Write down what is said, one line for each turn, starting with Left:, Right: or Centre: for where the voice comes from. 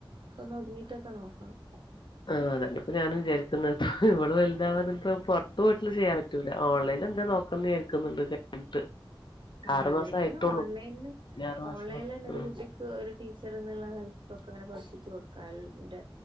Right: അതൊക്കെ ഒതുങ്ങിട്ടൊക്കെ നോക്കണം.
Left: ആ അതെന്നെപ്പോ ഞാനും വിചാരിക്കുന്നത്. ഇവള് വലുതാവാതെ ഇപ്പം പുറത്തു പോയിട്ടൊന്നുചെയ്യാൻ പ പറ്റൂല്ല ഓൺലൈൻ എന്ത് നോക്കാന്ന് വിചാരിക്കുന്നുണ്ട് കഴിഞ്ഞിട്ട്
Right: ആ
Left: ആറു
Right: അന്നേരപ്പേന്
Left: മാസം ആയിട്ടുള്ളൂ
Right: ഓൺലൈനില്
Left: ഇനി ആറു മാസം
Right: ഓൺലൈനിൽ തന്നെ
Left: ഉം
Right: ഒരു കുട്ടി ഒരു ടീച്ചർ എന്നുള്ള നിലക്കൊക്കെ ഇങ്ങനെ പഠിപ്പിച്ച് കൊടുക്കാലൊ എന്റെ